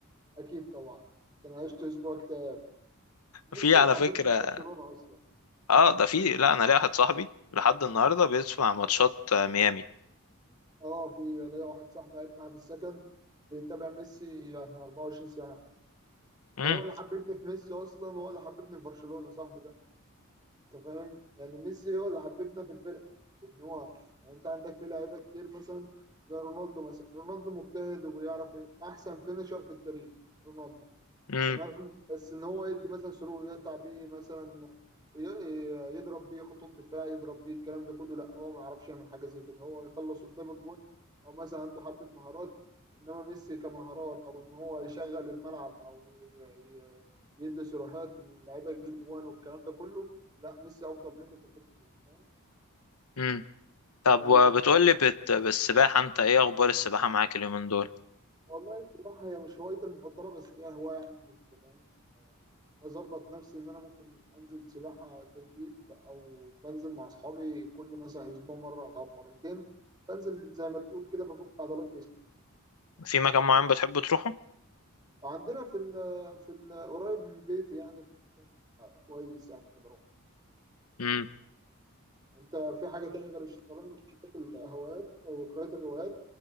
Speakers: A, on the right; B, on the left.
A: اكيد طبعا ده انا عشت اسبوع كتير ميسي
B: في على
A: اللي حببني
B: فكرة
A: في برشلونه اصلا
B: اه ده في لا انا ليا واحد صاحبي لحد النهارده بيسمع ماتشات آه، ميامي
A: اه في ليا واحد صاحبي قاعد معاه في السكن بيتابع ميسي يعني 24 ساعه
B: امم
A: هو اللي حببني في ميسي اصلا هو اللي حببني في برشلونه صاحبي ده انت فاهم يعني ميسي هو اللي حببنا في الفرقه لان هو يعني انت عندك في لعيبه كتير مثلا زي رونالدو مثلا رونالدو مجتهد وبيعرف ي- احسن فينيشر في التاريخ رونالدو
B: امم
A: تمام بس ان هو يدي مثلا صاروخ يقطع بيه مثلا ي- ي- يضرب بيه خطوط دفاع يضرب بيه الكلام ده كله لا هو ما يعرفش يعمل حاجه زي كده هو يخلص قدام الجون او مثلا عنده حبه مهارات انما ميسي كمهارات او ان هو يشغل الملعب او ي- ي- يدي صراحات للعيبه تجيب جوان والكلام ده كله لا ميسي افضل منه في الحته دي فاهم
B: امم طب
A: يعني
B: وبتقول
A: انت بتتفرج
B: لي بت... بالسباحه انت ايه اخبار السباحه معاك اليومين دول
A: والله السباحه هي مش هوايتي المفضله بس هي هوايه عندي انت فاهم بظبط نفسي ان انا ممكن انزل سباحة تدريب او بنزل مع اصحابي كل مثلا اسبوع مرة او مرتين بنزل زي ما تقول كده بفك عضلات جسمي
B: في مكان معين بتحب تروحه
A: عندنا في ال في ال قريب من بيتي يعني في مكان كويس يعني بروح
B: امم
A: انت في حاجة تانية غير الشطرنج وقراءة الهوايات وقراءة الروايات